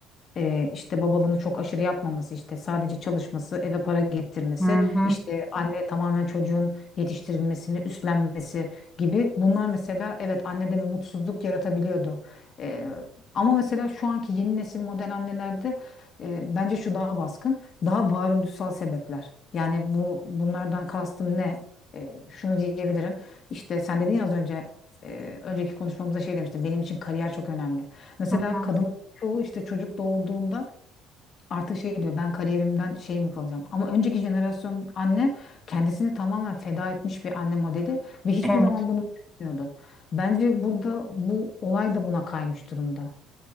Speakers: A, on the left (about 50°); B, in the centre.
A: e, işte babalığını çok aşırı yapmaması işte sadece çalışması eve para getirmesi
B: hı hı,
A: işte anne tamamen çocuğun yetiştirilmesini üstlenmesi gibi bunlar mesela evet annede bir mutsuzluk yaratabiliyordu. E, ama mesela şu anki yeni nesil model annelerde e, bence şu daha baskın daha varoluşsal sebepler. Yani bu bunlardan kastım ne? E, şunu diyebilirim. İşte sen dedin ya az önce e, önceki konuşmamızda şey demiştin. Benim için kariyer çok önemli. Mesela
B: hı hı.
A: kadın çoğu işte çocuk doğurduğunda artık şey diyor ben kariyerimden şey mi kalacağım? Ama önceki jenerasyon anne kendisini tamamen feda etmiş bir anne modeli ve hiçbir
B: Evet,
A: zaman bunu düşünmüyordu. Bence burada bu olay da buna kaymış durumda.